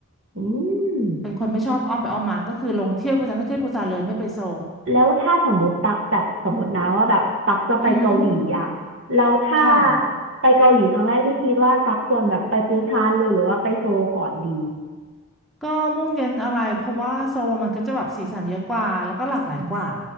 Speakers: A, on the right; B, in the centre.
A: อืม
B: เป็นคนไม่ชอบอ้อมไปอ้อมมาก็คือลงเที่ยวปูซานก็เที่ยวปูซานเลยไม่ไปโซล
A: แล้วถ้าสมมติตักแบบสมมตินะว่าแบบตักจะไปเกาหลีอ่ะแล้วถ้า
B: อือหือค่ะ
A: ไปเกาหลีครั้งแรกพี่คิดว่าตักควรแบบไปปูซานเลยหรือว่าไปโซลก่อนดี
B: ก็มุ่งเน้นอะไรเพราะว่าโซลมันก็จะแบบสีสันเยอะกว่าแล้วก็หลากหลายกว่า
A: อื